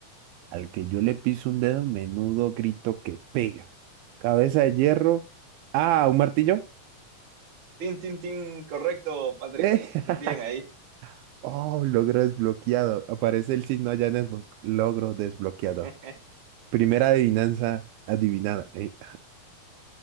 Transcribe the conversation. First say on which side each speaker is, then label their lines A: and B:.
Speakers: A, on the right; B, on the right.
A: Al que yo le piso un dedo, menudo grito que pega. Cabeza de hierro. Ah, ¿un martillo?
B: Tin, tin, tin. Correcto, Patrick.
A: Eh,
B: Le hiciste
A: <laughs>
B: bien ahí.
A: Oh, logro desbloqueado. Aparece el signo allá en Xbox. Logro desbloqueado.
B: <laughs>
A: Primera adivinanza adivinada. Eh,